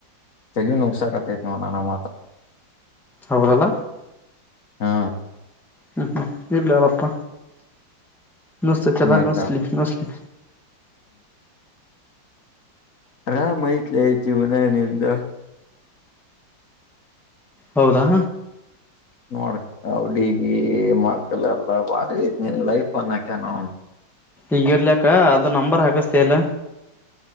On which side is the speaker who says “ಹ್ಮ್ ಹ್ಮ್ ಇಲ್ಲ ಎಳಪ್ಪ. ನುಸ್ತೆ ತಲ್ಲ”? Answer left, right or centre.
Centre